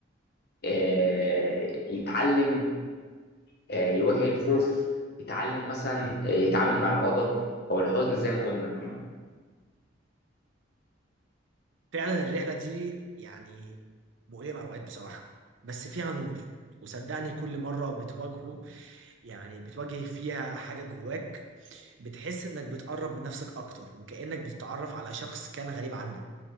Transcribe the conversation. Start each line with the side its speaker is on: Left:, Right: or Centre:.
Left: آه، يتعلم آه، يواجه الخوف يتعلم مثلا آه، يتعامل مع الغضب او الحزن زي ما قلنا
Right: فعلا الرحلة دي يعني مؤلمة أوقات بصراحة بس فيها نور وصدقني كل مرة بتواجهه يعني بتواجه فيها حاجة جواك بتحس إنك بتقرب من نفسك أكتر وكأنك بتتعرف على شخص كان غريب عنك